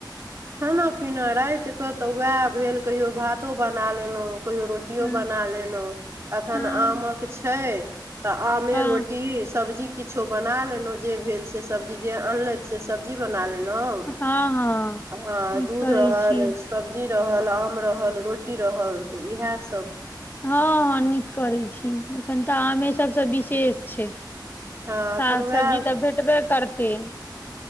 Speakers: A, on the right; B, on the left.
A: खाना। पीना राति कऽ तऽ वएह भेल कहियो भातो बना लेलहुँ कहियो रोटी कटो
B: हँ
A: बना लेलहुँ अखन
B: हँ
A: आम कऽ छै। तऽ आमे
B: हँ
A: रोटी सब्जी। किछो बना लेलो जे भेल से सब्जी जे अनलथि से सब्जी बना लेलो। हँ,
B: हँ
A: ह।
B: नीक
A: दूध
B: करै
A: रहल
B: छी
A: सब्जी रहल आम रहल रोटी रहल तऽ इएह सभ।
B: हँ, हँ, निक करैत छी एखन तऽ आमे सभसँ विशेष छै।
A: हँ
B: साग
A: एखन वएह
B: सब्जी तऽ भेटबे करतै